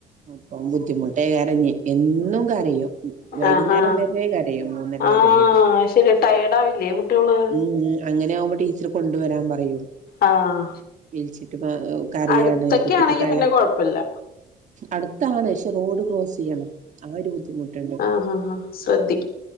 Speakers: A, on the right; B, on the left.
A: അപ്പം ബുദ്ധിമുട്ടേ ഇറങ്ങി എന്നും കരോ വൈകുന്നേരം
B: ആഹ് ആഹ്
A: വര കരിയയും മൂന്നര
B: ആഹ്
A: വര കരും
B: ശരി ടയേർഡ് ആവില്ലേ കുട്ടികള്
A: ഉ അങ്ങനെ ആവുമ്പോ ഇത്തിരി കൊണ്ടുവരാൻ പറയൂ
B: ആഹ്
A: വിളിച്ചിട്ട് കറിയാണ്
B: അടുത്തൊക്കെ
A: കുട്ടിക്ക്
B: ആണെങ്കി
A: തലം
B: പിന്നെ കൊഴപ്പില്ല
A: അടുത്താണ് പക്ഷെ റോഡ് ക്രോസ് ചെയ്യണം ആ ഒരു ബുദ്ധിമുട്ട്
B: ആഹ് ആഹ് ആഹ് ശ്രദ്ധി